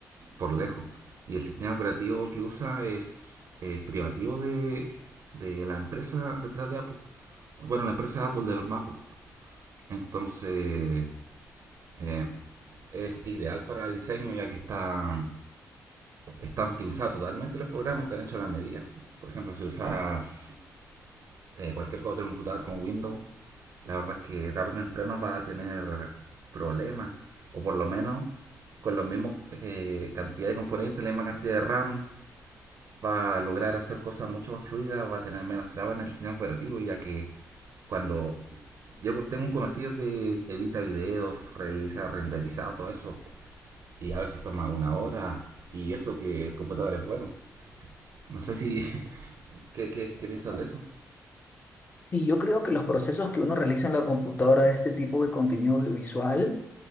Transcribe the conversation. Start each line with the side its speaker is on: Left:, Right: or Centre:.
Right: por lejos. Y el sistema operativo que usa es eh, privativo de, de la empresa detrás de Apple. Bueno, la empresa de Apple de los MacBook. Entonces eh, es ideal para diseño ya que está, está optimizado totalmente los programas, están hechos a la medida. Por ejemplo, si usaras eh, cualquier otro computador con Windows, la verdad es que tarde o temprano va a tener problemas. O por lo menos con la misma eh, cantidad de componentes, la misma cantidad de RAM, va a lograr hacer cosas mucho más fluidas, va a tener menos trabas en el sistema operativo, ya que cuando Yo tengo un conocido que edita videos, realiza renderizado, todo eso. Y a veces toma una hora. Y eso que el computador es bueno. No sé si... <laughs> ¿Qué, qué, qué piensas de eso?
Left: Sí, yo creo que los procesos que uno realiza en la computadora de este tipo de contenido audiovisual